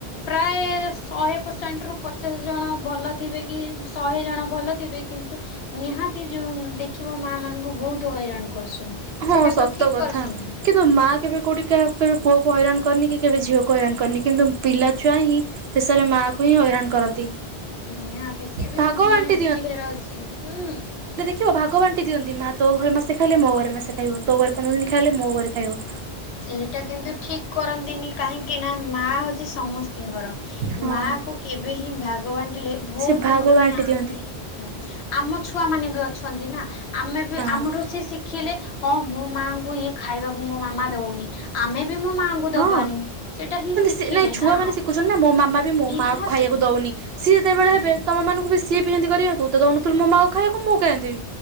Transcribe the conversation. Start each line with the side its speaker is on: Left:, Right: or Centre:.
Left: ପ୍ରାୟ ଶହେ ପରସେଣ୍ଟ ରୁ ପଚାଶ ଜଣ ଭଲ ଥିବେ କି ଶହେ ଜଣ ଭଲ ଥିବେ କିନ୍ତୁ ନିହାତି ଯୋଉ ଦେଖିବ ମା ମାନଙ୍କୁ ବହୁତ ହଇରାଣ କରୁଛନ୍ତି
Right: ହଁ
Left: ସେଇଟା
Right: ସତ
Left: କଣ ଠିକ
Right: କଥା
Left: କରୁଛନ୍ତି
Right: କିନ୍ତୁ ମା କେବେ କୋଉଠିକ କେବେ ପୁଅକୁ ହଇରାଣ କରିନି କି କେବେ ଝିଅକୁ ହଇରାଣ କରିନି କିନ୍ତୁ ପିଲାଛୁଆ ହିଁ ଶେଷରେ ମା କୁ ହିଁ ହଇରାଣ କରନ୍ତି
Left: ନିହାତି ସିଏ
Right: ଭାଗ
Left: ବି
Right: ବାଣ୍ଟି
Left: ମାନେ ବୁଝିବାର ଅଛି ହୁଁ
Right: କ ଭାଗ ବାଣ୍ଟି ଦିଅନ୍ତି ମା ତୋ ଘରେ ମାସେ ଖାଇଲେ ମୋ ଘରେ ମାସେ ଖାଇବ ତୋ ଘରେ ପନ୍ଦର ଦିନ ଖାଇଲେ ମୋ ଘରେ ଖାଇବ
Left: ସେଇଟା କିନ୍ତୁ ଠିକ କରନ୍ତିନି କାହିଁକି ନା ମା ହଉଛି ସମସ୍ ସ୍ଥିଙ୍କର
Right: ହଁ
Left: ମା କ କେବେ ହିଁ ଭାଗବାଣ୍ଟିଲେ ବହୁତ
Right: ସେ ଭାଗ
Left: ମାନେ
Right: ବାଣ୍ଟି
Left: ଆମେ
Right: ଦିଅନ୍ତି
Left: ହୁଁ ଆମ ଛୁଆ ମାନେ ବି ଅଛନ୍ତି ନା ଆମେ ବି
Right: ହଁ।
Left: ଆମଠୁ ସିଏ ଶିଖିଲେ ହଁ ମୋ ମାଙ୍କୁ ଇଏ ଖାଇବାକୁ ମୋ ମାମା ଦେଉନି ଆମେ ବି ମୋ ମାଆଙ୍କୁ
Right: ହଁ
Left: ଦବାନି ସେଇଟା ହିଁ ଶିଖିଲେ
Right: ସେ ନାଇଁ ଛୁଆମାନେ
Left: ନା
Right: ଦେଖୁଛନ୍ତି ନା ମୋ ମାମା ବି ମୋ
Left: ନିହାତି।
Right: ମା କୁ ଖାଇବାକୁ ଦଉନି ସିଏ ଯେତେବେଳେ
Left: ହୁଁ
Right: ହେବେ
Left: ହୁଁ।
Right: ତମ ମାନଙ୍କୁ ବି ସିଏ ପିହନ୍ତି କରିବ ତଉୁଥିଲୁୋ ମାକୁ ଖାଇବାକୁ ମୁଁ ଖାଇିବି